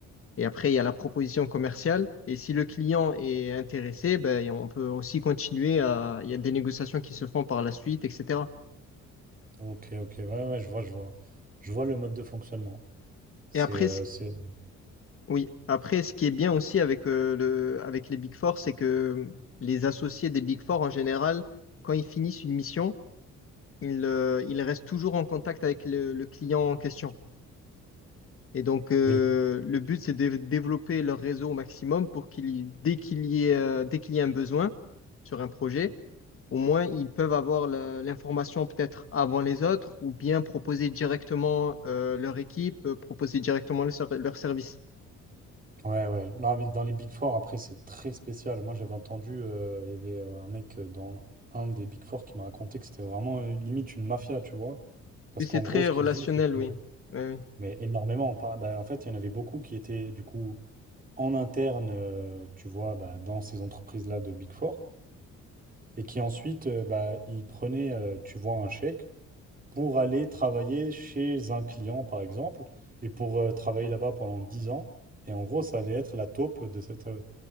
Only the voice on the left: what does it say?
Et après, il y a la proposition commerciale. Et si le client est intéressé, ben, on peut aussi continuer à... Il y a des négociations qui se font par la suite, etc.
Et après,
ce
Oui, après, ce qui est bien aussi avec, euh, le, avec les Big Four, c'est que les associés des Big Four, en général, quand ils finissent une mission, ils, euh, ils restent toujours en contact avec le, le client en question. Et donc, euh,
le but, c'est de développer leur réseau au maximum pour qu'il, y- dès qu'il y ait, euh, dès qu'il y a un besoin sur un projet, au moins, ils peuvent avoir la- l'information peut-être avant les autres ou bien proposer directement, euh, leur équipe, euh, proposer directement leur, ser- leur service.
Oui,
c'est très
relationnel,
oui. Oui, oui.